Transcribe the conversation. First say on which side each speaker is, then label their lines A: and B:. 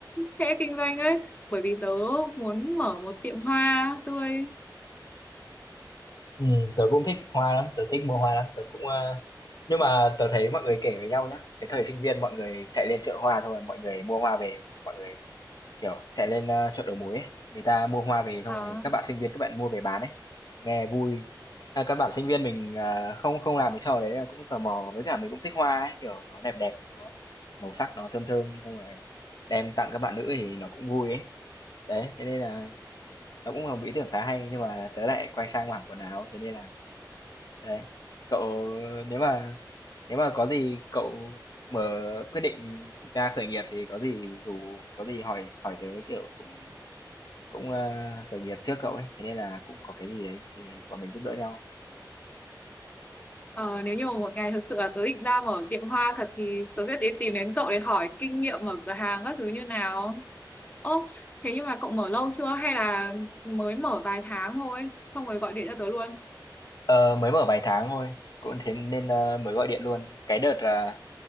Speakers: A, on the left (about 20°); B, on the left (about 60°).
A: sẽ kinh doanh đấy bởi vì tớ muốn mở một tiệm hoa tươi
B: Ừm, tớ cũng thích hoa lắm, tớ thích mua hoa lắm, tớ cũng, a nhưng mà tớ thấy mọi người kể với nhau nhá, cái thời sinh viên mọi người chạy lên chợ hoa thôi mọi người mua hoa về, mọi người, kiểu, chạy lên, a, chợ đầu mối ấy, người ta mua hoa về xong
A: à,
B: rồi các bạn sinh viên các bạn mua về bán ấy, nghe vui. A, các bạn sinh viên mình, à, không không làm cái trò đấy là cũng tò mò, với cả mình cũng thích hoa ấy, kiểu, nó đẹp đẹp, nó màu sắc nó thơm thơm, xong rồi đem tặng các bạn nữ thì nó cũng vui ấy. Đấy, thế nên là nó cũng là một ý tưởng khá hay, nhưng mà tớ lại quay sang mảng quần áo, thế nên là đấy. Cậu nếu mà nếu mà có gì cậu mở quyết định ra khởi nghiệp thì có gì dù có gì hỏi hỏi tớ, kiểu, cũng cũng, a, khởi nghiệp trước cậu ấy, thế nên là cũng có cái gì đấy thì bọn mình giúp đỡ nhau.
A: ờ, nếu như mà một ngày thật sự là tớ định ra mở tiệm hoa thật thì tớ sẽ đến tìm đến cậu để hỏi kinh nghiệm mở cửa hàng các thứ như nào ô thế nhưng mà cậu mở lâu chưa hay là mới mở vài tháng thôi xong rồi gọi điện cho tớ luôn
B: Ờ, mới mở vài tháng thôi, cũng thế nên, a, mới gọi điện luôn. Cái đợt là